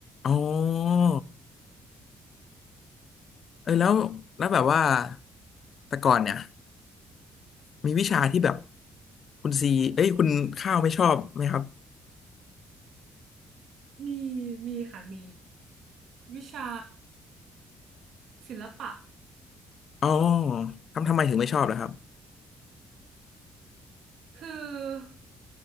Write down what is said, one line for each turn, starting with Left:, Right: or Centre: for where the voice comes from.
Left: อ๋อเออแล้วแล้วแบบว่าแต่ก่อนเนี่ยมีวิชาที่แบบคุณซีเอ้ยคุณข้าวไม่ชอบไหมครับ
Right: มีมีค่ะมีวิชาศิลปะ
Left: อ๋อทำทำไมถึงไม่ชอบล่ะครับ
Right: คือ